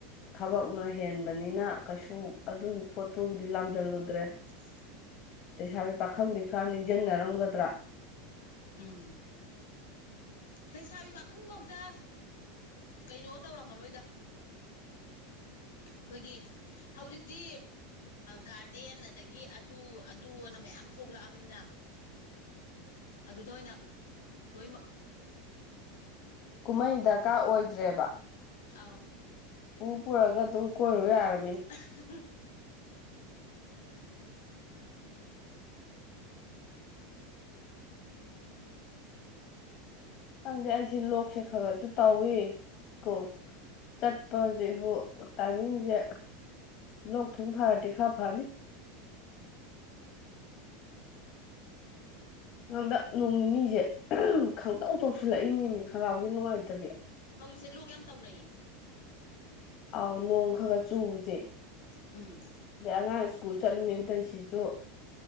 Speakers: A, on the left; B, on the left.
A: ꯊꯕꯛꯅ ꯍꯦꯟꯕꯅꯤꯅ ꯀꯩꯁꯨ ꯑꯗꯨꯒꯤ ꯄꯣꯠꯇꯨꯗꯤ ꯂꯥꯝꯁꯤꯜꯂꯨꯗ꯭ꯔꯦ
B: <inaudible>
A: ꯂꯩꯁꯥꯕꯤ ꯄꯥꯈꯪꯗꯤ ꯈꯔ ꯅꯤꯡꯁꯤꯡꯅꯔꯝꯒꯗ꯭ꯔꯥ
B: ꯎꯝ ꯂꯩꯁꯥꯕꯤ ꯄꯥꯈꯪꯐꯧꯗ ꯀꯩꯅꯣ ꯇꯧꯔꯝꯃꯔꯣꯏꯗ ꯑꯩꯈꯣꯏꯒꯤ ꯍꯧꯖꯤꯛꯇꯤ ꯒꯥꯔꯗꯦꯟ ꯑꯗꯒꯤ ꯑꯗꯨ ꯑꯗꯨ ꯑꯅ ꯃꯌꯥꯝ ꯌꯥꯝ ꯊꯣꯛꯂꯛꯑꯕꯅꯤꯅ ꯑꯗꯨꯗ ꯑꯣꯏꯅ ꯂꯣꯏꯃꯛ
A: ꯀꯨꯝꯍꯩ ꯗꯔꯀꯥꯔ ꯑꯣꯏꯗ꯭ꯔꯦꯕ
B: ꯑꯥꯎ
A: ꯄ ꯄꯨ ꯄꯨꯂꯒ ꯑꯗꯨꯝ ꯀꯔꯕꯦ ꯌꯥꯔ
B: ꯑꯍꯍ <inaudible>
A: ꯈꯪꯗꯦ ꯑꯩꯁꯦ ꯂꯣꯛꯁꯦ ꯈꯔꯔꯁꯨ ꯇꯧꯋꯦ ꯀꯣꯛ ꯆꯠꯄꯁꯤꯕꯨ ꯇꯥꯏꯃꯤꯡꯁꯦ ꯂꯣꯛ ꯊꯨꯡ ꯐꯥꯔꯗꯤ ꯈꯔ ꯐꯅꯤ ꯅꯟꯗꯛ ꯅꯣꯡ ꯅꯤꯅꯤꯁꯦ ꯈꯪꯇꯧ ꯇꯧꯁꯤꯜꯂꯛꯏꯅꯦꯃꯤ ꯈꯪꯅꯥꯥꯎꯁꯦ ꯅꯨꯡꯉꯥꯏꯇꯕꯤ
B: ꯍꯧꯖꯤꯛꯁꯦ ꯂꯣꯛ ꯌꯥꯝ ꯇꯧꯅꯩꯌꯦ
A: ꯑꯥꯎ ꯅꯣꯡ ꯈ ꯈ ꯆꯨꯕꯁꯦ
B: ꯎꯝ
A: ꯑꯗꯩ ꯑꯉꯥꯡ ꯁ꯭ꯀꯨꯜ ꯆꯠꯂꯤꯃꯤꯦꯟꯗ ꯁꯤꯁꯨ